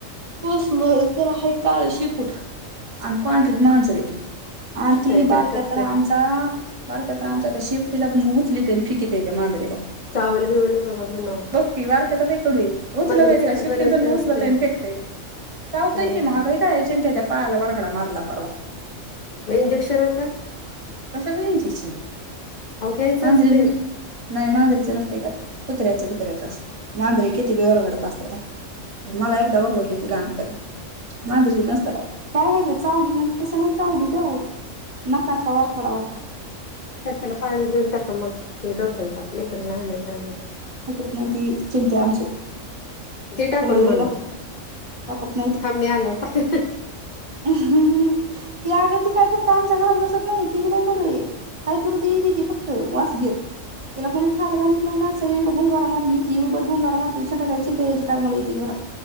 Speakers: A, on the right; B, on the left.
A: पोसल त्याला आहे काळ शेपूट आणि पांढरी मांजर हे. आ ती
B: काही
A: बारक्या
B: पण करते
A: तर आम बारक्या तर आमचा त्या शेपटिला उचलितय आणि फिकितय त्या मांजरीेला.
B: चावल बिवल अ बाबा म्हणाव.
A: बारक्या तर लय कडु उचलतय
B: मांजरीचं
A: तिला
B: काय
A: शेपटीला
B: बरंच नसतंय
A: उचलतय फेकतय चावताय
B: नाही
A: की मग आ, चिंट्याच्या पायाला वरखडा मारला परवा.
B: मग इंजेक्शन आता.
A: कशाला इंजेक्शन
B: अहो घ्यायचं
A: मांजरीला
B: असते
A: नसते. नाही मांजरीचे नसतय काय कुत्र्याचं बितर्याच असत. मांजरे किती बि वरबडत असतेच मला एकदा ओरबडली होती लहानपणी. मांजरीे नसत काय काय ह ते चावली म्हण तसं नाही चावली ग, नखाचा वरखडा होता.
B: ज्याचं त्याला पाळीव देऊन टाका मग डोक्याला ताप लेकर लहान शहाण.
A: ऐकत नाही की चिंट्या आमचं.
B: दे टाकून
A: त्याला लय
B: म्हणव
A: लागते टाकत
B: थांब मी आल्या टा,
A: ह्मम त्या अगती काय फक्त, आता आमच्या घरात बसत नाही ती बी लय कडू काही करुदी येत ती फक्त वास घेत. त्याला कोणी खायला घालीत नाही ना सगळीकडे गुंगार मारून येते इळबर गुंगारा मारते संध्याकाळी चिंट्या यायच्या टायमाला येते घरात.